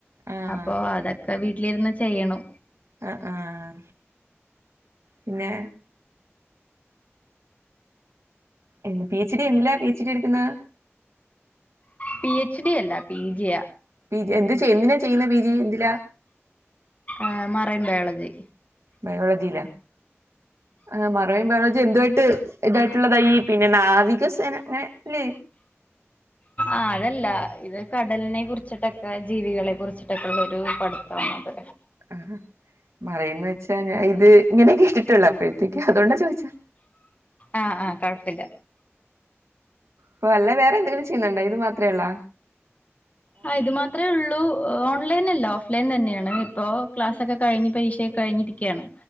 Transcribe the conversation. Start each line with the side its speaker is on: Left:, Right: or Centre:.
Right: ആഹ്
Left: അപ്പോ അതൊക്കെ വീട്ടിലിര്ന്ന് ചെയ്യണു
Right: ആഹ ആഹ പിന്നെ എന്ത് പിച്ച് ഡി എന്തിലാ പി എച്ച് ഡി എട്ക്ക്ന്നേ
Left: പി എച്ച് ഡി അല്ല പി ജിയ
Right: പി ജി എന്ത് ചെയ് എന്തിനാ ചെയ്യുന്ന പി ജി എന്തിലാ
Left: ഏഹ മറയൻ ബയോളജി.
Right: ബയോളജില എഹ മറയൻ ബയോളജി എന്തുവായിട്ട് ഇതായിട്ടുള്ളത ഈ പിന്നെ നാവികസേന അങ്ങനെ ല്ലെ
Left: ആഹ അതല്ല ഇത് കടൽനെ കുറിച്ചിട്ടൊക്കെ ജീവികളെ കുറിച്ചിട്ടൊക്കെ ഉള്ള ഒരു പഠ്ത്താണ്ത്.
Right: ആഹ മറയന്ന് വെച്ചാ ഞാൻ ഇത് ഇങ്ങനെ കേട്ടിട്ടുള്ളൂ അപ്പോഴത്തേക്ക് അതോണ്ടാ ചോയിച്ചേ
Left: ആഹ ആഹ കുഴപ്പില്ല.
Right: പ്പ അല്ല വേറെ എന്തെങ്കിലും ചെയ്യുന്ന്ണ്ടോ ഇത് മാത്രേള്ളോ?
Left: ആഹ ഇത് മാത്രേ ഉള്ളൂ. ഓൺലൈനല്ല ഓഫ് ലൈൻ തന്നെയാണ് ഇപ്പോ ക്ലാസ്സൊക്കെകഴിഞ് പരീക്ഷയൊക്കെ കഴിഞ്ഞിരിക്കാണ്.